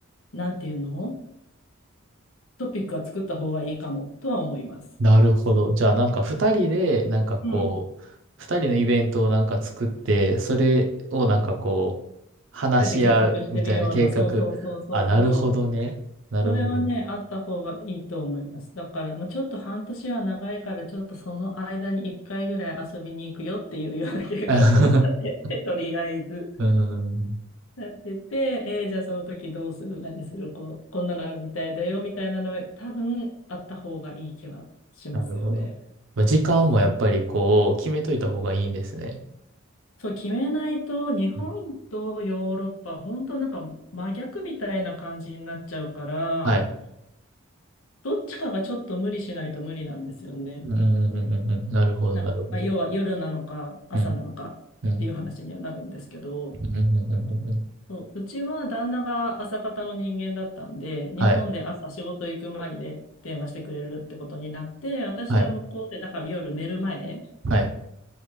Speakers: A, on the left; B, on the right.
A: なんていうのトピックは作った方がいいかもとは思います。
B: なるほど。じゃあ、なんか二人で、なんかこう、
A: うん。
B: 二人のイベントをなんか作って、それをなんかこう、話し合うみたいな計画。
A: 二人で計画してるような、そうそうそうそうそう。
B: あ、なるほどね。なるほどね。
A: それはね、あった方がいいと思います。だから、まあ、ちょっと半年は長いから、ちょっとその間に一回ぐらい遊びに行くよっていうような計画を立てて、
B: <laughs>
A: とりあえず。
B: うん、
A: なってて、えーじゃあその時どうする、何する、こう、こんなのあるみたいだよ、みたいなのは多分あった方がいい気はしますよね。
B: なるほど。まあ、時間もやっぱりこう、決めといた方がいいんですね。
A: そう、決めないと、日本とヨーロッパ、
B: うん
A: 本当なんか真逆みたいな感じになっちゃうから、
B: はい。
A: どっちかがちょっと無理しないと無理なんですよね。
B: うん、うん、うん、うんうん。なるほど、
A: な、
B: なるほど。
A: まあ、要は夜なのか朝なのかっていう話にはなるんですけど。
B: うん、うん、うん、うん、うん。うん
A: そう、うちは旦那が朝方の人間だったんで、日本で朝仕事行く前にで電話してくれるってことになって、
B: はい、
A: 私は向こうで、
B: はい、
A: だから夜寝る前、
B: はい。